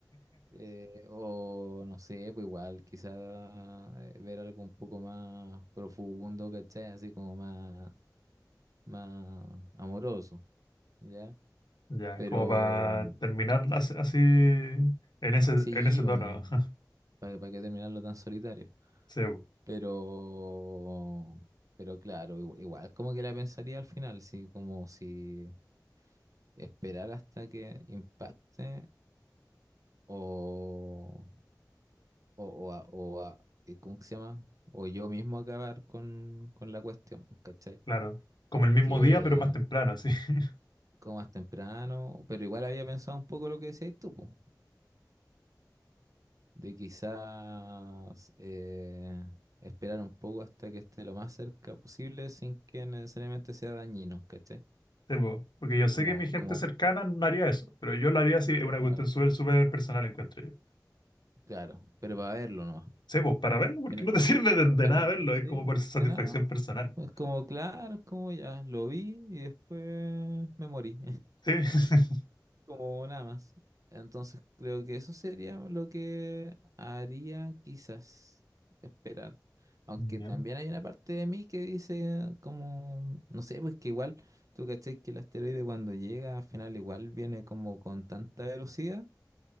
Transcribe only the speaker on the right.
Eh, o no sé, pues igual, quizá eh, ver algo un poco más profundo, ¿cachai? Así como más, más amoroso, ¿ya?
Pero
sí,
pues,
para, para qué terminarlo tan solitario.
Pero, pero claro, igu- igual como que la pensaría al final, sí, como si esperar hasta que impacte o, o, o, a- o a- eh, ¿cómo que se llama? O yo mismo acabar con, con la cuestión, pues, ¿cachai?
Porque
como más temprano, pero igual había pensado un poco lo que decías tú, pues, de quizás eh, esperar un poco hasta que esté lo más cerca posible sin que necesariamente sea dañino, ¿cachai?
Como,
como,
claro,
claro, pero para verlo nomás.
Y no-
Para,
sí,
de nada más.
Es como, claro, es como ya, lo vi y después me morí.
como nada más. Entonces creo que eso sería lo que haría quizás esperar. Aunque
también hay una parte de mí que dice como, no sé, pues que igual, tú caché que el asteroide cuando llega al final igual viene como con tanta velocidad